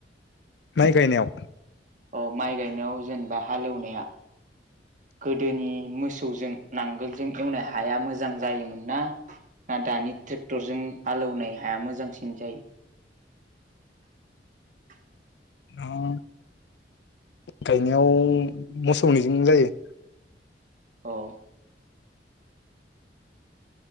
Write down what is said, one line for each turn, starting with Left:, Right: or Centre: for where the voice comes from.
Left: माइ गायनायाव
Right: अ माइ गायनायाव जेनेबा हालेवनाया गोदोनि मोसौजों नांगोलजों एवनाय हाया मोजां जायोमोन ना ना दानि ट्रेक्टरजों हालौनाय हाया मोजांसिन जायो? <unintelligible>
Left: ओ गायनायाव मोसौनिजों जायो
Right: औ